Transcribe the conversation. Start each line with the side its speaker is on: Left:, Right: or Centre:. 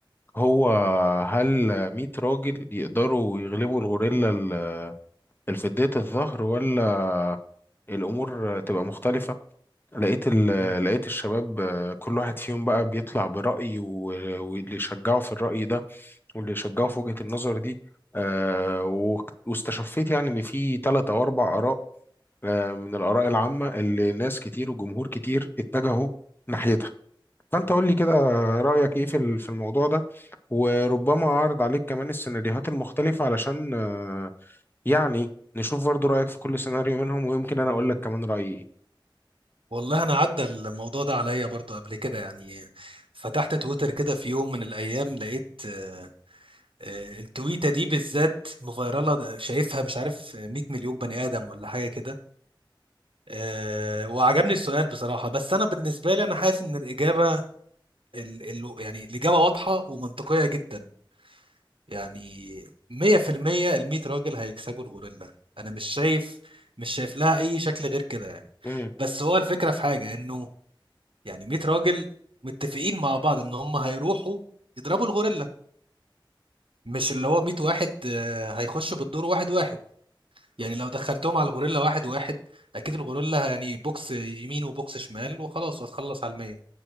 Left: هو هل 100 راجل يقدروا يغلبوا الغوريلا ال- الفدية الظهر ولا الأمور تبقى مختلفة لقيت ال-
Right: مم.
Left: لقيت الشباب آه، كل واحد فيهم بقى بيطلع برأي و- واللي يشجعه في الرأي ده واللي يشجعه في وجهة النظر دي آه، وك- واستشفيت يعني إن في ثلاث أو أربع آراء آه، من الآراء العامة اللي ناس كتير وجمهور كتير اتجهوا ناحيتها فأنت قول لي كده رأيك إيه في ال- في الموضوع ده وربما أعرض عليك كمان السيناريوهات المختلفة علشان آه، يعني نشوف برضو رأيك في كل سيناريو منهم ويمكن أنا أقول لك كمان رأيي
Right: والله انا عدى الموضوع ده عليا برضو قبل كده يعني فتحت تويتر كده في يوم من الايام لقيت آه، آه، التويته دي بالذات مفيرله شايفها مش عارف 100 مليون بني ادم ولا حاجه كده آه، وعجبني السؤال بصراحه بس انا بالنسبه لي انا حاسس ان الاجابه ال ال يعني الاجابه واضحه ومنطقيه جدا يعني 100% ال 100 راجل هيكسبوا الغوريلا انا مش شايف مش شايف لها اي شكل غير كده يعني
Left: إيه
Right: بس هو الفكره في حاجه انه يعني 100 راجل متفقين مع بعض ان هم هيروحوا يضربوا الغوريلا مش اللي هو 100 واحد آه، هيخشوا بالدور واحد واحد يعني لو دخلتهم على الغوريلا واحد واحد اكيد الغوريلا يعني بوكس يمين وبوكس شمال وخلاص وهتخلص على المية